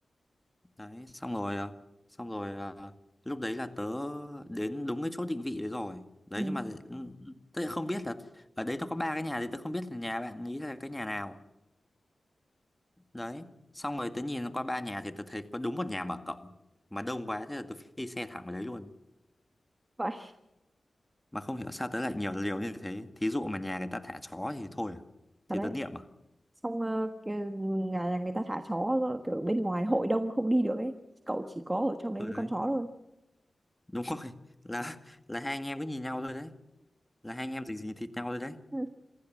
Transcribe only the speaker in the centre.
đấy xong rồi à, xong rồi à, lúc đấy là tớ đến đúng cái chỗ định vị đấy rồi đấy
nhưng mà ừ, ừ, tớ lại không biết là ở đấy nó có ba cái nhà thì tớ không biết là nhà bạn ý là cái nhà nào đấy xong rồi tớ nhìn qua ba nhà thì tớ thấy có đúng một nhà mở cộng mà đông quá thế là tớ phi xe thẳng vào đấy luôn
mà không hiểu sao tớ lại nhiều liều như thế thí dụ mà nhà người ta thả chó thì thôi à.
thì
tớ niệm à
ừ
đấy
đúng rồi <laughs> là là hai anh em cứ nhìn nhau thôi đấy là hai anh em dính dính thịt nhau thôi đấy